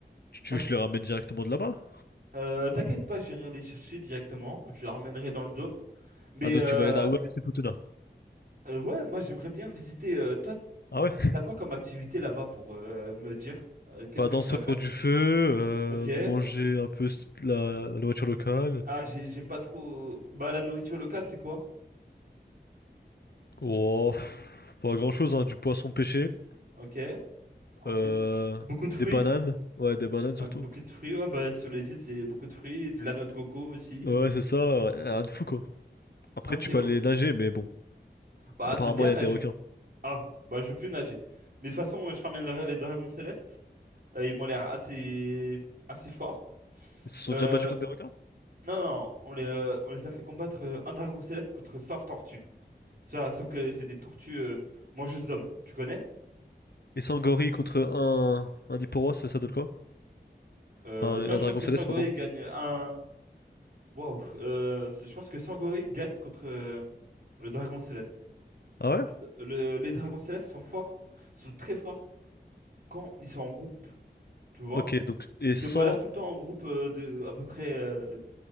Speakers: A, on the left; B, on the right.
A: Tu tu
B: passe-
A: veux que je les ramène directement de là-bas?
B: euh, t'inquiète pas, j'irai les chercher directement. Je les ramènerai dans le dôme. Mais
A: Ah, donc
B: euh,
A: tu vas aller à Wallis et Futuna.
B: euh, ouais, moi j'aimerais bien visiter. euh, toi,
A: Ah ouais?
B: T'as quoi comme activité là-bas pour euh, me dire euh, qu'est-ce
A: Bah
B: que
A: danser
B: je pourrais
A: autour
B: faire?
A: du feu, euh,
B: Ok. Et,
A: manger un peu la, la nourriture locale.
B: ah, j'ai- j'aime pas trop. Bah, la nourriture locale, c'est quoi?
A: Oh, pff, pas grand-chose, hein. Du poisson pêché.
B: Ok. Ensuite,
A: Euh,
B: beaucoup de fruits.
A: des bananes. Ouais, des bananes
B: Ouais,
A: surtout.
B: Beaucoup de fruits, ouais, bah, sur les îles, c'est beaucoup de fruits, de la noix de coco aussi.
A: Ouais, c'est ça. euh, Rien de fou, quoi. Après,
B: Ok,
A: tu peux
B: ouais.
A: aller nager, mais bon.
B: Bah,
A: Apparemment,
B: c'est bien
A: il
B: nager.
A: y a des requins.
B: Ah, bah, je veux plus nager. Mais de toute façon, je ramènerai les dragons célestes. Euh, ils m'ont l'air assez, assez forts.
A: Ils se sont
B: Euh,
A: déjà battus contre des requins?
B: non, non, on les, euh, on les a fait combattre euh, un dragon céleste contre 100 tortues. Ça, sauf que c'est des tortues euh, mangeuses d'hommes, tu connais?
A: Et sans gorille contre un, un Hipporos, ça ça donne quoi?
B: Euh,
A: Enfin,
B: non,
A: un
B: je
A: dragon
B: pense que
A: céleste,
B: Sangoril
A: pardon.
B: gagne un. Waouh! euh, c'est- je pense que Sangoril gagne contre euh, le dragon céleste.
A: Ah
B: Parce que
A: ouais?
B: le- les dragons célestes sont forts, sont très forts quand ils sont en groupe, tu vois?
A: Ok, donc, et
B: Ils se
A: 100,
B: baladent tout le temps en groupe euh, de à peu près euh,